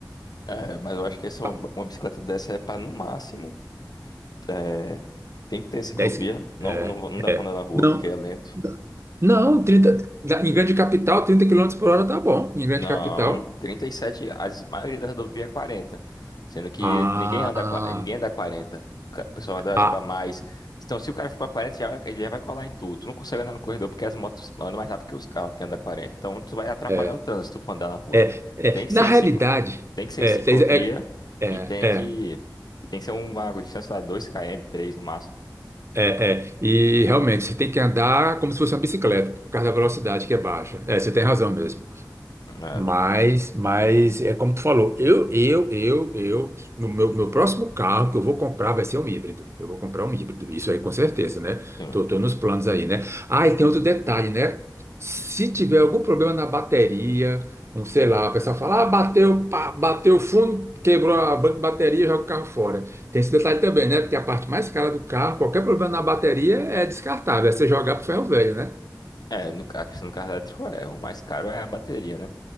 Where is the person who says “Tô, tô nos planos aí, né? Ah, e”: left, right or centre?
Right